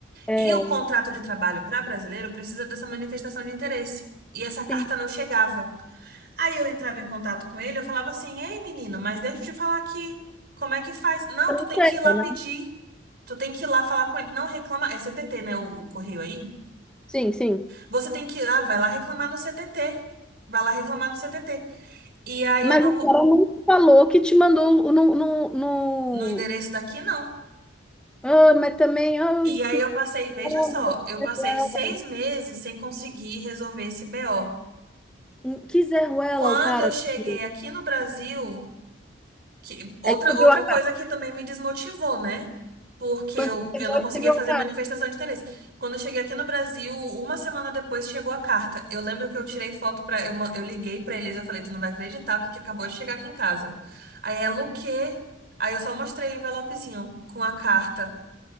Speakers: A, in the centre; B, on the right (about 55°).
A: é,
B: E o contrato de trabalho para brasileiro precisa dessa manifestação de interesse. E essa carta
A: sim,
B: não chegava. Aí eu entrava em contato com ele, eu falava assim: Ei, menino, mas deixa eu te falar aqui. Como é que faz? Não,
A: não
B: tu tem
A: chega,
B: que ir lá
A: né?
B: pedir. Tu tem que ir lá falar com ele. Não reclama. É CTT, né? O, o correio aí.
A: Sim, sim.
B: Você tem que ir lá, vai lá reclamar no CTT. Vai lá reclamar no CTT. E aí
A: Mas
B: eu não.
A: o
B: co-
A: cara não falou que te mandou o- no, no, no...
B: No endereço daqui, não.
A: Ah, mas também, ah,
B: E aí
A: que
B: eu passei, veja
A: como
B: só,
A: que
B: eu
A: Zé
B: passei
A: Ruela,
B: seis meses sem conseguir resolver esse BO.
A: Hum, Que Zé Ruela,
B: Quando
A: o cara
B: eu cheguei
A: que...
B: aqui no Brasil, que, outra,
A: É que você
B: outra
A: viu a
B: coisa
A: cara.
B: que também me desmotivou, né? Porque
A: Quando
B: eu,
A: você
B: eu
A: chegou,
B: não
A: você
B: conseguia
A: viu
B: fazer
A: a cara.
B: manifestação de interesse. Quando eu cheguei aqui no Brasil, uma semana depois chegou a carta. Eu lembro que eu tirei foto pra. Eu, ma- eu liguei pra eles, eu falei, tu não vai acreditar o que que acabou de chegar aqui em casa. Aí ela, o quê? Aí eu só mostrei o envelopezinho com a carta